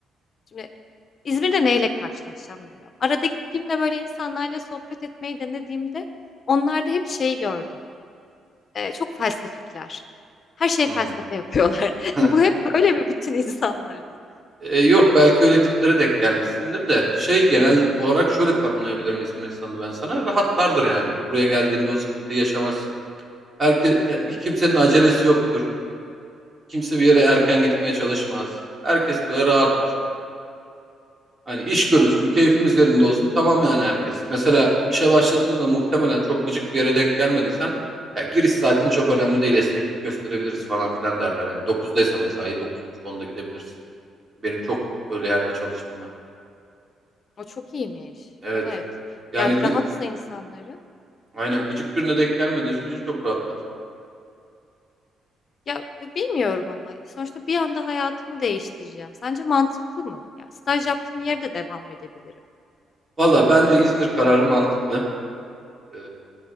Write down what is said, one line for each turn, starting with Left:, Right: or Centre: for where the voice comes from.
Left: Şimdi İzmir'de neyle karşılaşacağım bilmiyorum. Arada gittiğimde böyle insanlarla sohbet etmeyi denediğimde onlarda hep şey gördüm. Ee, çok felsefikler. Her şey
Right: Hı.
Left: felsefe yapıyorlar.
Right: <laughs>
Left: <laughs> Bu hep böyle bir bütün insanlarda.
Right: E, yok belki öyle tiplere denk gelmişsindir de şey genel olarak şöyle tanımlayabilirim İzmir insanını ben sana rahatlardır yani buraya geldiğinde o sıkıntıyı yaşamazsın. Herkes ya, kimsenin
Left: Hı.
Right: acelesi yoktur kimse bir yere erken gitmeye çalışmaz herkes böyle rahattır. Hani iş görülsün
Left: Aa,
Right: keyfimiz yerinde olsun tamam yani herkes. Mesela işe başladığında da muhtemelen çok gıcık bir yere denk gelmediysen ya giriş saatin çok önemli değil esneklik gösterebiliriz falan filan derler yani 9'daysa mesai buçuk onda gidebilirsin. Benim çok öyle yerde çalıştım ben.
Left: o çok iyiymiş.
Right: Evet.
Left: Evet.
Right: Yani
Left: Yani
Right: gı-
Left: rahatsa insanları.
Right: aynen gıcık birine denk gelmediği sürece çok rahatlar.
Left: Ya b- bilmiyorum ama sonuçta bir anda hayatımı değiştireceğim. Sence mantıklı mı? Ya staj yaptığım yerde devam edebilirim.
Right: Valla bence İzmir kararı mantıklı. Ee,